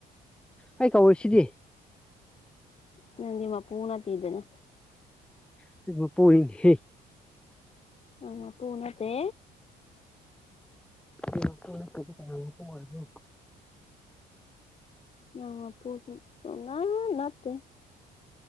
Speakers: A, in the centre; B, on the left.
A: ꯑꯩ ꯀꯧꯔꯤꯁꯤꯗꯤ
B: ꯅꯪꯗꯤ ꯃꯄꯨ ꯅꯠꯇꯦꯗꯅ
A: <unintelligible>
B: ꯑ ꯃꯄꯨ ꯅꯠꯇꯦ
A: <unintelligible>
B: ꯅꯪ ꯃꯄꯨꯗꯤ ꯁꯨꯡꯅꯠ ꯅꯠꯇꯦ